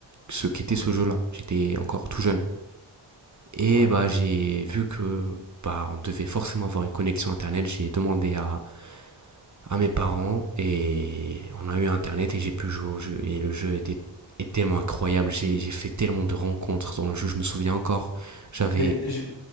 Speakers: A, on the right; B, on the left.
A: ce qu'était ce jeu-là. J'étais encore tout jeune. Et
B: Ouais.
A: bah, j'ai vu que bah, on devait forcément avoir une connexion Internet. J'ai demandé à, à mes parents et on a eu Internet et j'ai pu jouer au jeu. Et le jeu était, était tellement incroyable. J'ai j'ai fait tellement de rencontres dans le jeu. Je me souviens encore, j'avais...
B: Mais j'ai